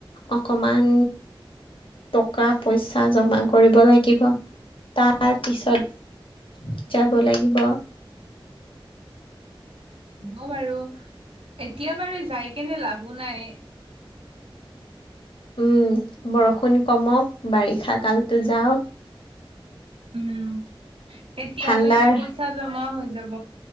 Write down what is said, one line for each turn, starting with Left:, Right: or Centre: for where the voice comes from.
Left: অকমান টকা পইচা জমা কৰিব লাগিব, তাৰ পিছত যাব লাগিব।
Right: হ'ব বাৰু, এতিয়া বাৰু যায় কেনে লাভো নাই।
Left: উম, বৰষুণ কমক বাৰিষা কালতো যাওক।
Right: উম, তেতিয়ালৈতো
Left: ঠাণ্ডাৰ
Right: পইচা জমা হৈ যাব।